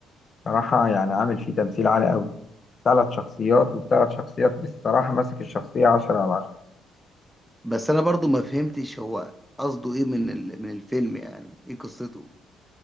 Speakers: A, on the left; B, in the centre.
A: صراحة يعني عامل فيه تمثيل عالي قوي ثلاث شخصيات والثلاث شخصيات بصراحة ماسك الشخصية عشرة على عشرة
B: بس انا برضو ما فهمتش هو قصده ايه من ال... من الفيلم يعني ايه قصته